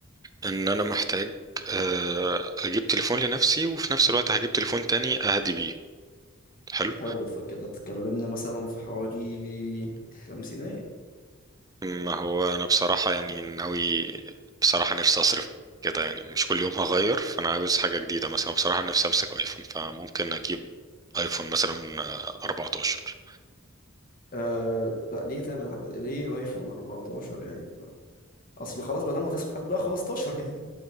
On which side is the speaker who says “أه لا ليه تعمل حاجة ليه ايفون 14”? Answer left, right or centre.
Left